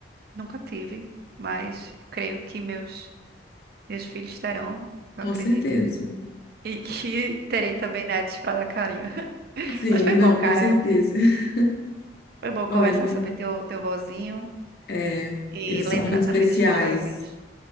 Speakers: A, on the right; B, on the left.
A: nunca tive, mas creio que meus, meus filhos terão, eu
B: Com
A: acredito.
B: certeza.
A: E que terei também netos para dar carinho. <laughs>
B: Sim,
A: Mas foi bom,
B: não,
A: cara.
B: com certeza. <laughs>
A: Foi bom conversar
B: Olha,
A: sobre teu, teu vozinho
B: é,
A: e
B: eles
A: lembrar
B: são muito especiais.
A: também dos meus vozinhos.